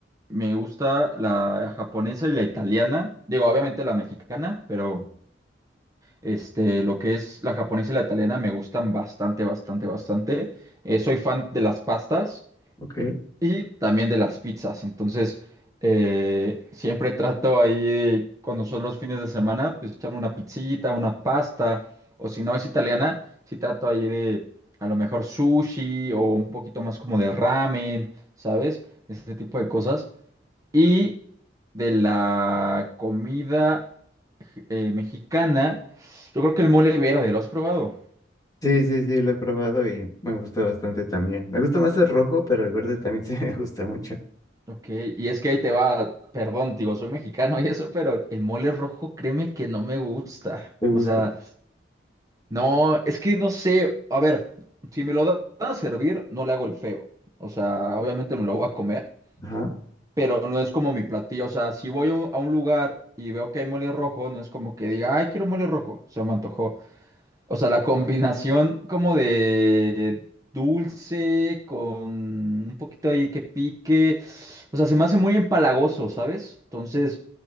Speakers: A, on the right; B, on the left.
A: me gusta la japonesa y la italiana. Digo, obviamente la mexicana, pero Este, lo que es la japonesa y la italiana me gustan bastante, bastante, bastante. Eh, soy fan de las pastas
B: Ok.
A: y también de las pizzas. Entonces, eh, siempre trato ahí, de, cuando son los fines de semana, pues echarme una pizzita, una pasta. O si no es italiana, sí trato ahí de a lo mejor sushi o un poquito más como de ramen, ¿sabes? Ese tipo de cosas. Y de la comida eh, mexicana, yo creo que el mole verde, ¿lo has probado?
B: Sí, sí, sí, lo he probado y me gusta bastante también. Me gusta más el rojo, pero el verde también <laughs> sí me gusta mucho.
A: Ok, y es que ahí te va, perdón, digo, soy mexicano <laughs> y eso, pero el mole rojo, créeme que no me gusta.
B: Me gusta.
A: O sea, no, es que no sé, a ver, si me lo da- van a servir, no le hago el feo. O sea, obviamente me lo voy a comer,
B: Ajá.
A: pero no es como mi platillo. O sea, si voy a un a un lugar y veo que hay mole rojo, no es como que diga, ay, quiero mole rojo, se me antojó. O sea, la combinación como de dulce con un poquito ahí que pique. O sea, se me hace muy empalagoso, ¿sabes? Entonces,